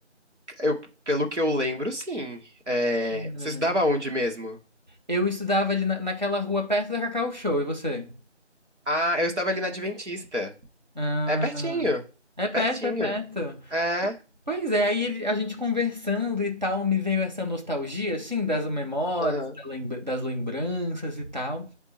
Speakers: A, on the right (about 70°); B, on the right (about 40°).
A: Eu, pelo que eu lembro, sim. É,
B: Era,
A: você estudava
B: né?
A: onde mesmo?
B: Eu estudava ali na- naquela rua perto da Cacau Show, e você?
A: Ah, eu estava ali na Adventista.
B: Ah,
A: É pertinho.
B: é perto,
A: Pertinho.
B: é perto.
A: É.
B: Pois é, aí ele- a gente conversando e tal, me veio essa nostalgia, assim, das memórias,
A: Aham.
B: da lembra- das lembranças e tal.